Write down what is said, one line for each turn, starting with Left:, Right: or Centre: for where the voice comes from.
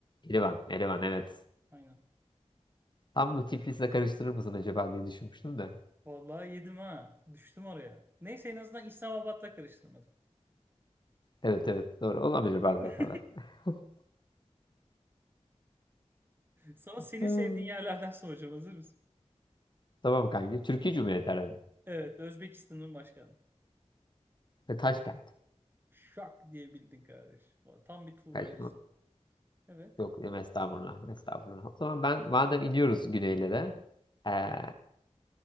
Left: Erivan. Erivan evet.
Right: Aynen.
Left: Tam bu Tiflis'le karıştırır mısın acaba diye düşünmüştüm de.
Right: Vallahi yedim ha. Düştüm oraya. Neyse en azından İslamabad'la karıştırmadım.
Left: Evet evet doğru. Olabilir bazı
Right: <laughs>
Left: hatalar. <laughs>
Right: Sana senin
Left: Hmm.
Right: sevdiğin yerlerden soracağım. Hazır mısın?
Left: Tamam kanki. Türkiye Cumhuriyeti aradım.
Right: Evet. Özbekistan'ın başkenti.
Left: Ve Taşkent.
Right: Şak diye bildin kardeş. Vallahi Tam bir Turancısın.
Left: Taş
Right: Evet.
Left: Yok em- estağfurullah. Estağfurullah. O zaman ben madem iniyoruz güneylere. eee,
Right: Hı.